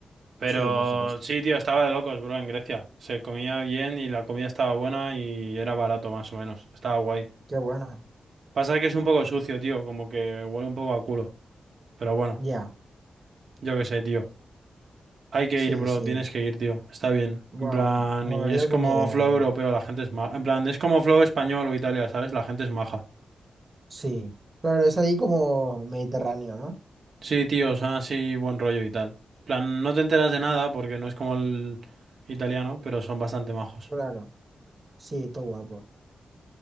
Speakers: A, on the right; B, on the right.
A: Pero
B: Sí, por supuesto.
A: sí, tío, estaba de locos, bro, en Grecia. Se comía bien y la comida estaba buena y era barato, más o menos. Estaba guay.
B: Qué buena.
A: Pasa que es un poco sucio, tío, como que huele un poco a culo. Pero bueno,
B: Ya,
A: yo qué sé, tío. Hay que
B: sí,
A: ir, bro,
B: sí.
A: tienes que ir, tío. Está bien.
B: Wow,
A: En plan,
B: molaría
A: y es
B: algún
A: como
B: día ir
A: flow
B: ahí.
A: europeo, la gente es maja. En plan, es como flow español o Italia, ¿sabes? La gente es maja.
B: Sí. Claro, es ahí como Mediterráneo, ¿no?
A: Sí, tío, son así buen rollo y tal. Plan, no te enteras de nada porque no es como el italiano, pero son bastante majos.
B: Claro, sí, todo guapo.